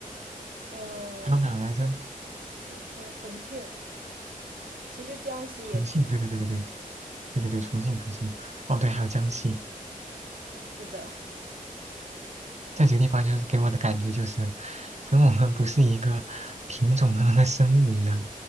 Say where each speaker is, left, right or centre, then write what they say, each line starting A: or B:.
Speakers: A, on the right; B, on the right.
A: 呃，
B: 还有哪来着？
A: 四川、重庆，其实江西也挺辣的。
B: 重庆，对对对对对，对对对，重庆重庆，哦对，还有江西，
A: 是的，
B: 在这几个地方就是给我的感觉就是，跟我们不是一个品种的那个生物一样，